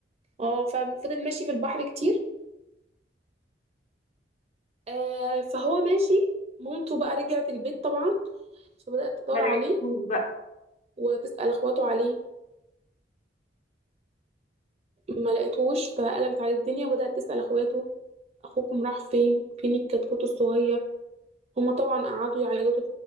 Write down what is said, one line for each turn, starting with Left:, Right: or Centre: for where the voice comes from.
Right: اه ففضل ماشي في البحر كتير آه فهو ماشي مامته بقى رجعت البيت طبعا فبدأت تدور
Left: ما لقيتهوش
Right: عليه
Left: بقى
Right: وتسأل اخواته عليه ما لقيتهوش فقلبت عليه الدنيا وبدأت تسأل اخواته اخوكم راح فين فين الكتكوت الصغير هما طبعا قعدوا يعيطوا